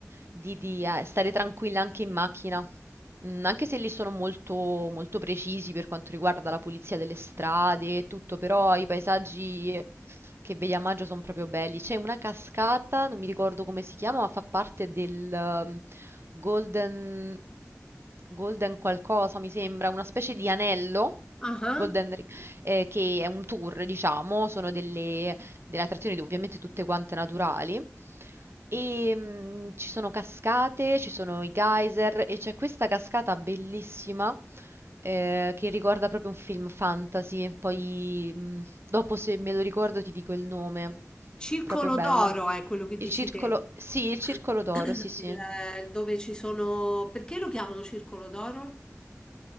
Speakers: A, on the right; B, on the left.
A: di- di, eh, stare tranquilla anche in macchina. Mm, Anche se lì sono molto, molto precisi per quanto riguarda la pulizia delle strade e tutto, però i paesaggi che vedi a maggio sono proprio belli. C'è una cascata, non mi ricordo come si chiama, ma fa parte del ehm, Golden, Golden qualcosa, mi sembra, una specie di anello.
B: Ah, ah.
A: Golden Ring, eh, che è un tour, diciamo, sono delle, delle attrazioni ovviamente tutte quante naturali. E mm, ci sono cascate, ci sono i geyser e c'è questa cascata bellissima eh, che ricorda proprio un film fantasy. Poi mm, dopo se me lo ricordo ti dico il nome.
B: Circolo
A: Proprio bella.
B: d'oro è quello che
A: Il
B: dici
A: circolo,
B: te.
A: sì, il circolo
B: <coughs>
A: d'oro,
B: <clears throat>
A: sì, sì.
B: Il- eh, dove ci sono... Perché lo chiamano circolo d'oro?